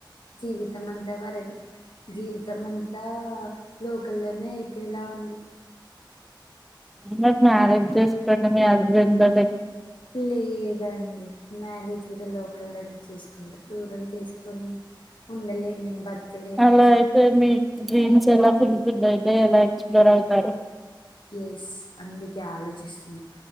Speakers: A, on the left (about 85°); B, in the centre.
A: జీవితం అంతా వర జీవితం అంతా లోకల్లోనే అయిపోయేలా ఉంది.
B: మరి మ్యారేజ్ ఇస్ మీ హస్బెండ్ బగ
A: లే దండి మ్యారేజ్ కూడా లోకలోనే చేసుకుంటా దూరం చేసుకొని ఉండలేను నేను బతికలేను
B: అలా అయితే మీ డ్రీమ్స్ ఎలా ఫుల్ ఫిల్ అయితాయ్ ఎలా ఎక్స్ప్లోర్ అవుతారు
A: ఎస్ అందుకే ఆలోచిస్తున్నా